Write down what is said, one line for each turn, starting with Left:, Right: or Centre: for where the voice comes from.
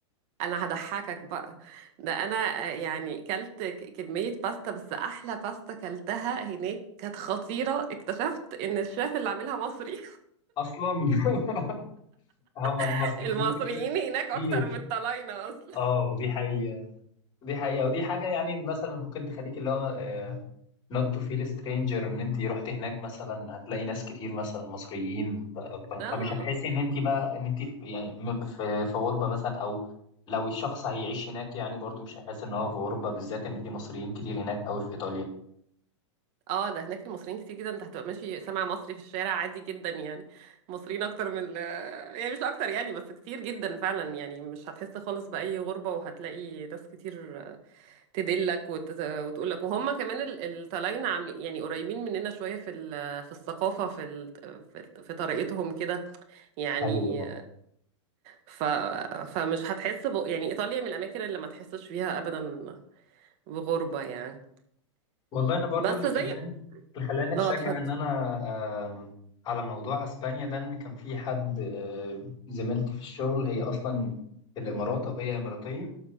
Right: انا هضحكك بقى ده انا آه، يعني كلت ك- كمية باستا بس احلى باستا كلتها هناك كانت خطيرة اكتشفت ان الشيف اللي عاملها مصري
Left: اصلا <laughs> هم المصريين
Right: <laughs> المصريين
Left: كده
Right: هناك
Left: كتير
Right: اكتر من الطلاينة اصلا
Left: اه دي حقيقة دي حقيقة ودي حاجة يعني مثلا ممكن تخليك اللي هو نوت تو فيل سترينجر ان انت رحت هناك مثلا هتلاقي ناس كتير مثلا مصريين ف- ف-
Right: اه
Left: فمش هتحسي ان انت بقى ان انت في يعني م- في في غربة مثلا او لو الشخص هيعيش هناك يعني برضو مش هيحس ان هو في غربة بالذات ان في مصريين كتير هناك قوي في ايطاليا
Right: اه ده هناك المصريين كتير جدا انت هتبقى ماشي سامع مصري في الشارع عادي جدا يعني مصريين اكتر من ال... يعني مش اكتر يعني بس كتير جدا فعلا يعني مش هتحس خالص بأي غربة وهتلاقي ناس كتير تدلك وت... وتقول لك وهم كمان ال- الطلاينة عاملين يعني قريبين مننا شوية في ال... في الثقافة في ال... في, في طريقتهم كده يعني
Left: ايوه
Right: ف... فمش هتحس ب... يعني إيطاليا من الأماكن اللي ما تحسش فيها أبدا بغربة يعني
Left: والله انا برضو
Right: بس
Left: اللي خلاني
Right: زي
Left: اللي خلاني اتشجع
Right: اه اتفضل
Left: ان انا آم، على موضوع اسبانيا ده ان كان في حد آه، زميلتي في الشغل هي اصلا في الامارات او هي اماراتيه